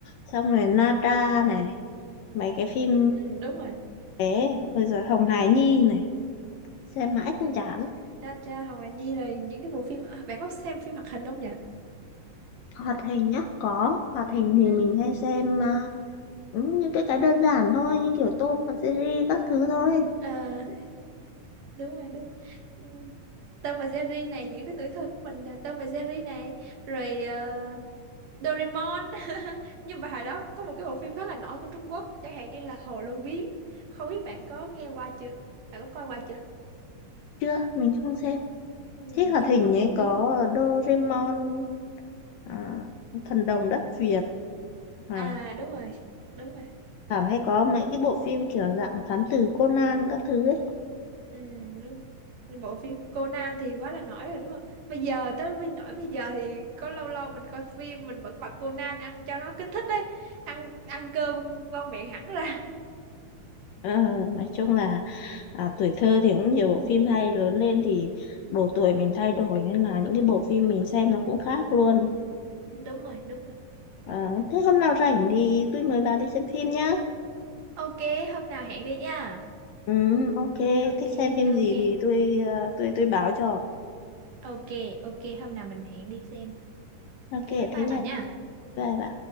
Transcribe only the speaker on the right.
ừ, đúng rồi
Ừ.
Ra cha Hồng Hà Nhi là những cái bộ phim à, bạn có xem phim hoạt hình không nhỉ?
Ừ.
À, đúng rồi đúng rồi. Ừ. Tom và Jerry này những cái tuổi thơ của mình là Tom và Jerry này rồi ờ, Doraemon <laughs> nhưng mà hồi đó có một cái bộ phim khá là nổi của Trung Quốc chẳng hạn như là Hồ Lô Biến không biết bạn có nghe qua chưa bạn có coi qua chưa
ừ,
phim
Hồ Lô
Biến
à đúng rồi đúng rồi thằng
này
đất
Việt
Ừ, đúng. Nhưng bộ phim Conan thì quá là nổi rồi đúng không? Bây giờ tới với nổi bây giờ thì có lâu lâu mình coi phim mình vẫn bật Conan ăn cho nó kích thích đấy. Ăn ăn cơm ngon miệng hẳn ra.
Ừ, Đúng rồi, đúng rồi. Đúng
rồi nhỉ.
Ok, hôm nào hẹn đi nha.
Ok,
ok.
Ok, ok, hôm nào mình hẹn đi xem.
Ok, bye bye
bà nha.